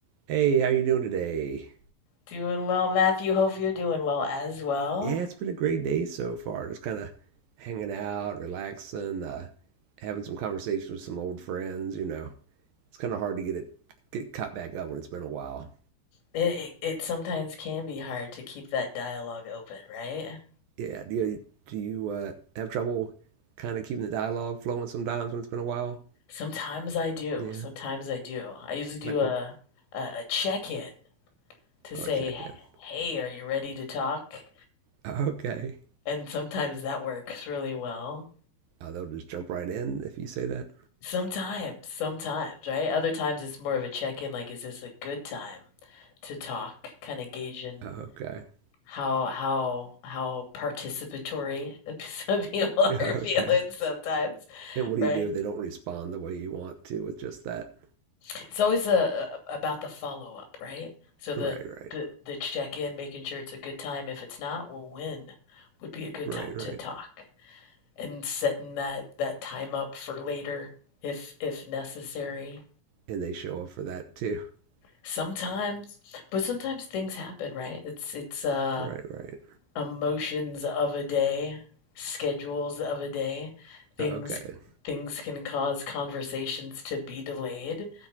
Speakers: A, on the right (about 70°); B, on the left (about 85°).
A: Hey, how you doing today?
B: Doing well, Matthew. Hope you're doing well as well.
A: Yeah, it's been a great day so far. Just kind of hanging out, relaxing, uh, having some conversations with some old friends. You know, it's kind of hard to get it get caught back up when it's been a while.
B: It, it, it sometimes can be hard to keep that dialogue open, right?
A: Yeah, do you, do you uh, have trouble kind of keeping the dialogue flowing sometimes when it's been a while?
B: Sometimes I do.
A: Yeah,
B: Sometimes I do. I usually do
A: like
B: a
A: what?
B: a, a check-in to say,
A: Oh, check in.
B: "Hey, are you ready to talk?"
A: <laughs> Okay.
B: And sometimes that works really well.
A: Oh, they'll just jump right in if you say that.
B: Sometimes, sometimes, right? Other times it's more of a check-in, like, "Is this a good time to talk?" Kind of gauging
A: Okay. <laughs>
B: how how how participatory <laughs> some people
A: Okay.
B: are feeling sometimes,
A: And what
B: right?
A: do you do if they don't respond the way you want to with just that?
B: It's always a, a- about the follow up, right? So the
A: Right, right,
B: the the check in, making sure it's a good time. If it's not, well, when would be a good
A: right,
B: time
A: right.
B: to talk and setting that that time up for later if if necessary.
A: and they show up for that too. <laughs>
B: Sometimes, but sometimes things happen, right? It's it's uh
A: Right, right.
B: emotions of a day, schedules of a day, things
A: Okay.
B: things can cause conversations to be delayed.